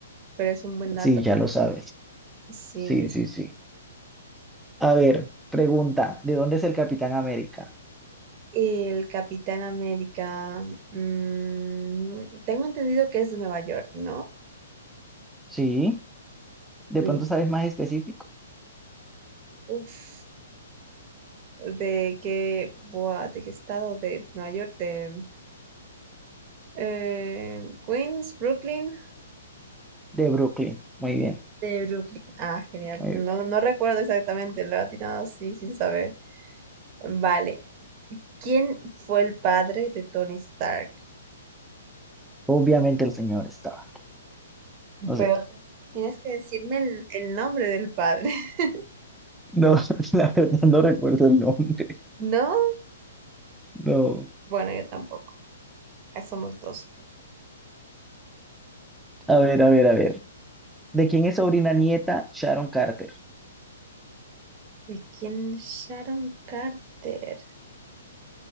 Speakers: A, on the right; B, in the centre.
A: pero es un buen dato.
B: Sí, ya lo sabes.
A: Sí,
B: Sí,
A: es-
B: sí, sí. A ver, pregunta, ¿de dónde es el Capitán América?
A: el Capitán América. mm, tengo entendido que es de Nueva York, ¿no?
B: Sí, de
A: Y,
B: pronto sabes más específico.
A: uff, de qué, buah, de qué estado de Nueva York, de eh, Queens, Brooklyn,
B: De Brooklyn. Muy bien.
A: de Brooklyn. Ah, genial.
B: Muy
A: No,
B: bien.
A: no recuerdo exactamente, lo he atinado así sin saber. Vale. ¿Quién fue el padre de Tony Stark?
B: Obviamente el señor estaba. O sea,
A: Pero tienes que decirme el, el nombre del padre. <laughs>
B: no, <laughs> la verdad no recuerdo el nombre.
A: ¿No?
B: No.
A: Bueno, yo tampoco. Ahí somos dos.
B: A ver, a ver, a ver. ¿De quién es sobrina nieta Sharon Carter?
A: ¿De quién es Sharon Carter?